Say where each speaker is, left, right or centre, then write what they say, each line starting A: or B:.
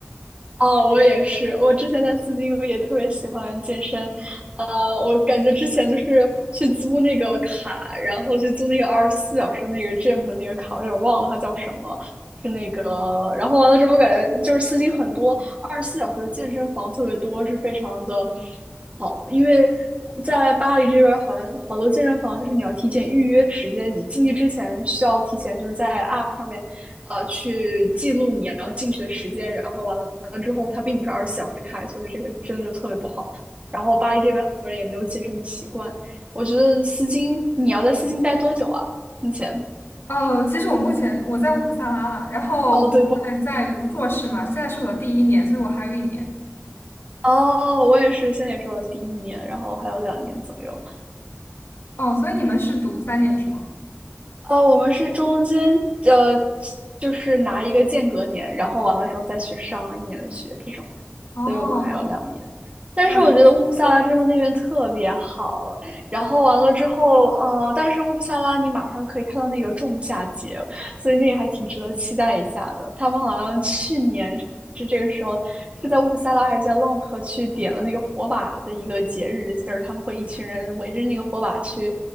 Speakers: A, on the right; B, on the left.
A: 哦，我也是。我之前在斯金也特别喜欢健身，呃，我感觉之前就是去租那个卡，然后去租那个二十四小时那个 gym 的那个卡，我有点忘了它叫什么，是那个。然后完了之后，我感觉就是斯金很多二十四小时的健身房特别多，是非常的。好，因为在巴黎这边儿好像好多健身房就是你要提前预约时间，你进去之前需要提前就是在 App 上面，呃，去记录你要进去的时间，然后完了之后它并不是二十四小时开，所以这个真的就特别不好。然后巴黎这边很多人也没有健身的习惯，我觉得丝巾你要在丝巾待多久啊？目前？
B: 哦，其实我目前我在乌普萨拉啦，然后我现在在读硕士嘛，
A: 哦，对不？
B: 现在是我的第一年，所以我还有一年。
A: 哦，我也是，现在也是我的第一年，然后还有两年左右。
B: 哦，所以你们是读三年是吗？
A: 哦，我们是中间呃，就是拿一个间隔年，然后完了之后再去上一年的学这种，
B: 哦，
A: 所以我们还有两年。但是我觉得乌普萨拉真的那边特别好，
B: 那。
A: 然后完了之后，呃，但是乌普萨拉你马上可以看到那个仲夏节，所以那个还挺值得期待一下的。他们好像去年是这个时候是在乌普萨拉还是在浪河去点了那个火把的一个节日，就是他们会一群人围着那个火把去，